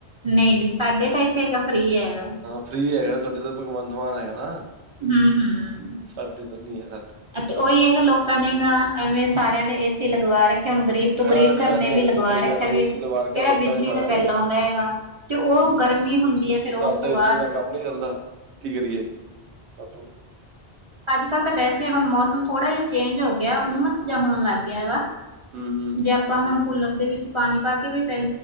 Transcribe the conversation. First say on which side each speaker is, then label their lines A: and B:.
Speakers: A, on the right; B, on the right.
A: ਨਹੀ ਜੀ ਸਾਡੇ ਤਾਂ ਇੱਥੇ ਹੈਗਾ, ਫਰੀ ਹੈਗਾ।
B: ਫਰੀ ਹੈਗਾ, ਤੁਹਾਡੇ ਤਾਂ ਇੱਥੇ ਭਗਵੰਤ ਮਾਨ ਹੈਗਾ ਨਾ,
A: ਹੂੰ, ਹੂੰ।
B: ਸਾਡੇ ਤਾਂ ਨੀ ਹੈਗਾ
A: ਅਤੇ ਉਈ ਐ ਕਿ ਲੋਕਾਂ ਨੇ ਗਾ ਐਵੇਂ, ਸਾਰਿਆਂ ਨੇ ਏ ਸੀ ਲਗਵਾ ਰੱਖ ਖੇ ਹੁਣ ਗ਼ਰੀਬ
B: ਹੈ
A: ਤੋਂ ਗ਼ਰੀਬ
B: ਹਾਂਜੀ
A: ਘਰ
B: ਹਾਂਜੀ
A: ਨੇ
B: ਹਾਂਜੀ
A: ਵੀ ਲਗਵਾ
B: ਸਹੀ
A: ਰੱਖਿਆ,
B: ਗੱਲ
A: ਵੀਂ
B: ਹੈ ਏਸੀ ਲਵਾ ਰੱਖਿਆ
A: ਕਿਹੜਾ
B: ਲੋਕਾਂ
A: ਬਿਜਲੀ
B: ਨੇ ਸਾਰਿਆਂ
A: ਦਾ ਬਿੱਲ
B: ਨੇ
A: ਆਉਂਦਾ ਐ ਗਾ ਤੇ ਉਹ
B: ਹੂੰ
A: ਗਰਮੀ ਹੁੰਦੀ ਐ, ਫਿਰ
B: ਸਾਡਾ
A: ਉਸ ਤੋਂ
B: ਏਸੀ
A: ਬਾਅਦ
B: ਬਿਨਾਂ ਕੰਮ ਨੀ ਚੱਲਦਾ ਕੀ ਕਰੀਏ? ਸਾਥੋਂ।
A: ਅੱਜ-ਕੱਲ੍ਹ ਤਾਂ ਵੈਸੇ ਹੁਨ ਮੌਸਮ ਥੋੜਾ ਜੇਹਾ ਚੇਂਜ ਹੋ ਗਿਆ, ਉਮਸ ਜਾ ਹੋਨ ਲੱਗ ਗਿਆ ਵਾ।
B: ਹੂੰ
A: ਜੇ ਆਪਾਂ ਹੁਨ ਕੂਲਰ ਦੇ ਵਿੱਚ ਪਾਨੀ ਪਾ ਕੇ ਵੀ ਪੈਂ